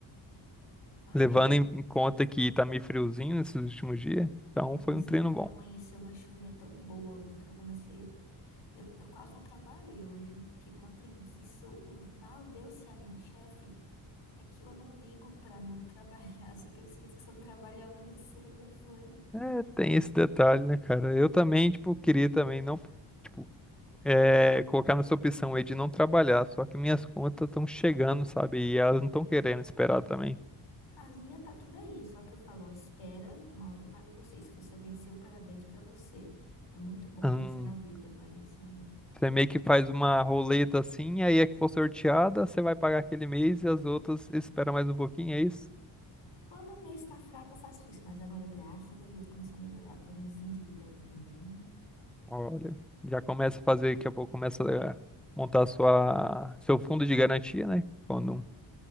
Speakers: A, on the left; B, in the centre.
A: Ai,
B: Levando
A: a
B: em em conta que tá meio friozinho esses últimos dias. Então, foi
A: Nossa,
B: um treino
A: aqui
B: bom.
A: amanheceu uma chuvinha tão boa, o tanto que eu comecei. Eu, eu quase não trabalhei hoje. Fiquei com uma preguiça. O mal de eu ser a minha chefe é que eu não ligo pra não trabalhar. <laughs> Só que eu esqueço que se eu não trabalhar, eu não recebo depois.
B: É, Tem esse detalhe, né, cara? Eu também, tipo, queria também não. tipo é, colocar nessa opção aí de não trabalhar, só que minhas contas estão chegando, sabe? E elas não estão querendo esperar também.
A: As minhas tá tudo aí. Só que eu falo, ó, espera, uma hora eu pago você. Se você venceu, parabéns pra você. É muito bom
B: Hum,
A: vencer na vida, mas é,
B: você meio que faz uma roleta assim, aí é que for sorteada, você vai pagar aquele mês e as outras espera mais um pouquinho, é isso?
A: quando o mês tá fraco, eu faço isso. Mas agora, graças a Deus, começou a melhorar. Eu tô me desendividando também.
B: Olha, já começa a fazer, daqui a pouco começa a montar sua, seu fundo de garantia, né? Quando,